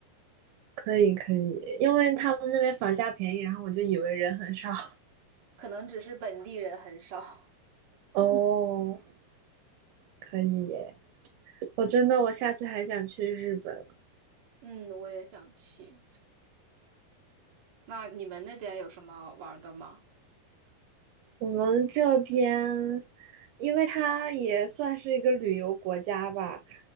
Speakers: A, on the right (about 80°); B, on the right (about 50°).
A: 可以可以，因为他们那边房价便宜，然后我就以为人很少。<laughs>
B: 可能只是本地人很少。
A: 哦，可以耶！我真的，我下次还想去日本。
B: <laughs> 嗯，我也想去。那你们那边有什么玩儿的吗？
A: 我们这边，因为它也算是一个旅游国家吧，